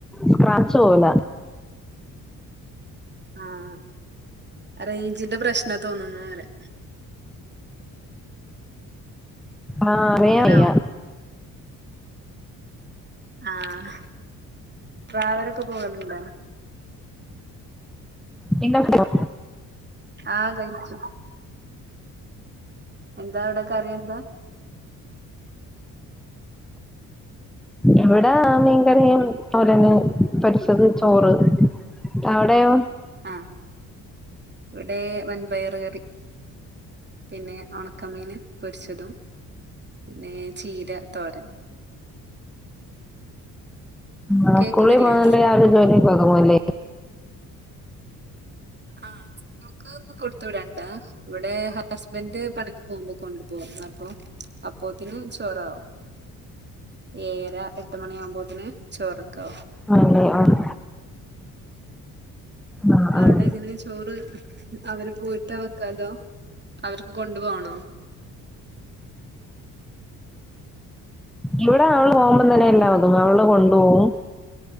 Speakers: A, in the centre; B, on the right.
A: സ്ക്രാച്ച് പോല
B: ആഹ് റേഞ്ചിന്റെ പ്രശ്നാ തോന്നുന്നുറയ
A: ആഹ് അറിയാൻ
B: ഹലോ
A: വെയ്യ
B: ആഹ് ട്രാവലൊക്കെ പോകല്ണ്ടോ
A: പിന്നെ <unintelligible>
B: ആഹ് കയിച്ചു. എന്താ അവ്ടെ കറി എന്താ
A: ഇവിടെ മീൻകറിയും തോരനും പൊരിച്ചത് ചോറ് അവിടെയോ
B: ആഹ് ഇവ്ടെ വൻപയർ കറി പിന്നെ ഒണക്കമീന് പൊരിച്ചതും പിന്നെ ചീര തോരൻ.
A: ആഹ്
B: കേക്കുന്നില്ലേ
A: സ്കൂളിൽ പോകുന്നോണ്ട് രാവിലെ ജോലിയൊക്കെ ഒതുങ്ങുല്ലേ.
B: ആഹ് സ്കൂൾക്ക് ഒന്നും കൊടുത്ത് വിടണ്ട ഇവിടെ ഹസ്ബന്റ് പണിക്ക് പോകുമ്പോ കൊണ്ടു പോകും അപ്പൊ അപ്പോത്തിനും ചോറാവും. ഏഴര എട്ട് മണിയാകുമ്പോത്തിന് ചോറക്കോ ആവും
A: ആണല്ലേ ആഹ്. ആഹ്
B: അവടെ
A: ആഹ്
B: എങ്ങനെ ചോറ് അവര് പോയിട്ട വെക്കാ അതോ അവർക്ക് കൊണ്ടു പോണോ?
A: ഇവടെ അവള് പോവുമ്പം തന്നെ എല്ലാ ഒതുങ്ങും അവള് കൊണ്ടു പോവും